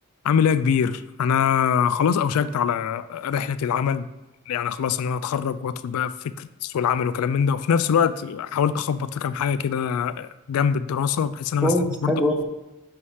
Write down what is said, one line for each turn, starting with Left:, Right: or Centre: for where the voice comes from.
Left: عامل ايه يا كبير انا خلاص اوشكت على رحله العمل يعني خلاص ان انا اتخرج وادخل بقى في فكره سوق العمل وكلام من ده وفي نفس الوقت حاولت اخبط في كام حاجه كده جنب الدراسه بحيث ان انا
Centre: كويس
Left: ما استناش برضه
Centre: حلو أوي.